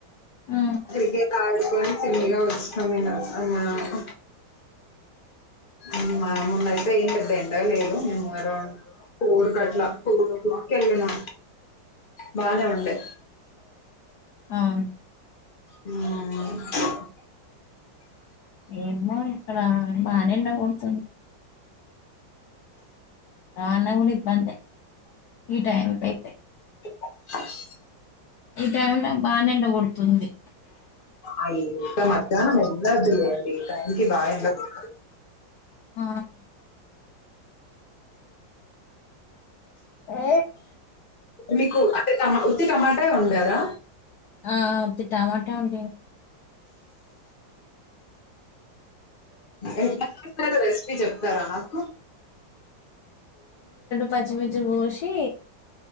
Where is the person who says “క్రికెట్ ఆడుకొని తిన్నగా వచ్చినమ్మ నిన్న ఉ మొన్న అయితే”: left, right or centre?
Left